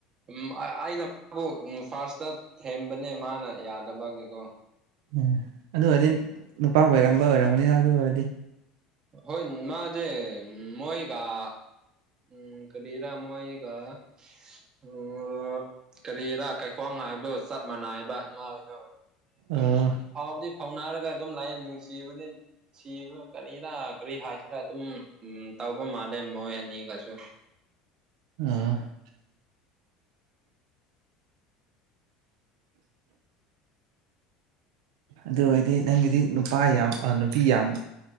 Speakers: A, on the right; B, on the right.
A: ꯎꯝ ꯑꯩꯅ ꯃꯥꯕꯨ ꯐꯥꯔꯁꯇ ꯊꯦꯝꯕꯅꯦ ꯃꯥꯅ ꯌꯥꯗꯕꯒꯤꯀꯣ
B: ꯎꯝ ꯑꯗꯨ ꯑꯣꯏꯔꯗꯤ ꯅꯨꯄꯥ ꯀꯣꯏꯔꯝꯕ ꯑꯣꯏꯔꯝꯒꯅꯤꯅ ꯑꯗꯨ ꯑꯣꯏꯔꯗꯤ
A: ꯍꯣꯏ ꯃꯥꯖꯦ ꯃꯣꯏꯒ ꯎꯝ ꯀꯔꯤꯔꯥ ꯃꯣꯏꯒ ꯑꯣ ꯀꯔꯤꯔꯥ ꯀꯩ ꯈ꯭ꯋꯥꯡ ꯍꯥꯏꯕꯗꯣ ꯆꯞ ꯃꯥꯟꯅꯥꯏꯕ ꯃꯥꯒꯤꯗꯣ ꯑꯗꯨꯝ
B: ꯑꯥ
A: ꯐꯕꯗꯤ ꯐꯥꯎꯅꯔꯒ ꯑꯗꯨꯝ ꯂꯩꯌꯦ ꯅꯨꯡꯁꯤꯕꯗꯤ ꯅꯨꯡꯁꯤꯕ ꯀꯔꯤꯔꯥ ꯀꯔꯤ ꯍꯥꯏꯁꯤꯔꯥ ꯑꯗꯨꯝ ꯎꯝ ꯇꯧꯕ ꯃꯥꯜꯂꯦ ꯃꯣꯏ ꯑꯅꯤꯒꯁꯨ
B: ꯑꯝ ꯑꯗꯨ ꯑꯣꯏꯗꯤ ꯅꯪꯒꯤꯗꯤ ꯅꯨꯄꯥ ꯌꯥꯝ ꯅꯨꯄꯤ ꯌꯥꯝ